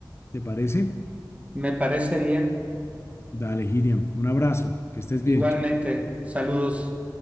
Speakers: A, on the left; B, on the right.
A: ¿Te parece?
B: Me parece bien.
A: Dale, Hiriam. Un abrazo. Que estés bien.
B: Igualmente, saludos.